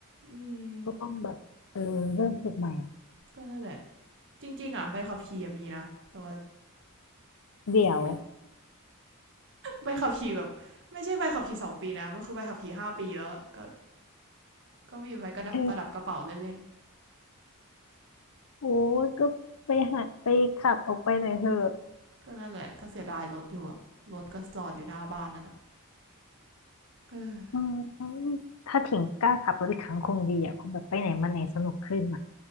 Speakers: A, on the right (about 55°); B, on the left (about 70°).
A: อืม
B: ก็ต้องแบบเออเริ่มฝึกใหม่อะ
A: ก็นั่นแหละจริงๆอะใบขับขี่มีนะแต่ว่า
B: เดี๋ยว
A: ไม่ใบขับขี่แบบไม่ใช่ใบขับขี่สองปีนะมันคือใบขับขี่ห้าปีแล้วก็ก็มีใบกระดัประดับกระเป๋าเล่น
B: เออโอ้ยก็ไปหาไปขับออกไปหน่อยเถอะ
A: ๆก็นั่นแหละก็เสียดายรถอยู่อะรถก็จอดอยู่หน้าบ้านนั่นอะ <sighs> เออ
B: เออถ้าถิงกล้าขับรถอีกครั้งคงดีอ่ะคงแบบไปไหนมาไหนสนุกขึ้นอ่ะ